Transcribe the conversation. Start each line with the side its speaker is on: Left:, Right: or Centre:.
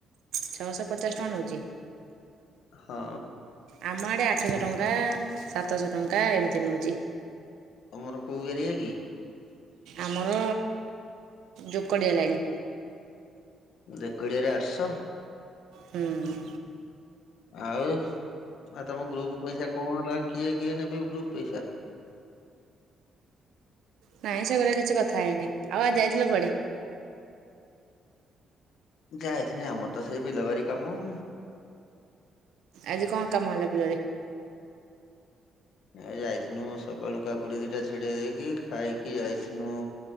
Right: ଛଅଶହ ପଚାଶ ଟଙ୍କା ନୋଉଚି।
Left: ହଁ।
Right: ଆମ ଆଡ଼େ ଆଠଶହ ଟଙ୍କା ସାତଶହ ଟଙ୍କା ଏମିତି ନୋଉଛି।
Left: ତମର କୋଉ ଏରିଆ କି?
Right: ଆମର ଯୋକଡ଼ିଆ ଲାଇନ୍।
Left: ଯୋକଡିଆରେ ଆଠଶହ।
Right: ହୁଁ।
Left: ଆଉ ଆଉ ତମ ଗ୍ରୁପ୍ ପଇସା କଣ ହେଲା କିଏ କିଏ ନେବେ ଗ୍ରୁପ ପଇସା।
Right: ନାଇଁ ସେଗୁରା କିଛି କଥା ହେଇନି, ଆଉ ଆଜି ଯାଇଥିଲ କୁଆଡେ?
Left: ଯାଇଥିନି ଆମର ତ ସେଇ ବିଲବାଡି କାମ।
Right: ଆଜି କଣ କାମ ହେଲା ବିଲରେ।
Left: ଏ ଯାଇଥିନୁ ସକାଳୁ କାକୁଡି ଦିଇଟା ଛିଡେଇ ଦେଇକି ଖାଇକି ଯାଇଥିନୁ